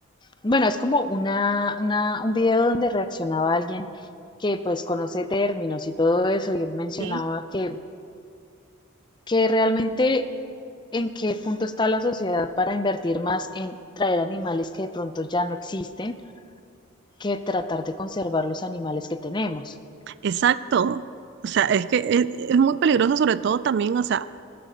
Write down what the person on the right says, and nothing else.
Sí,
Exacto. O sea, es que es, es muy peligroso, sobre todo también, o sea,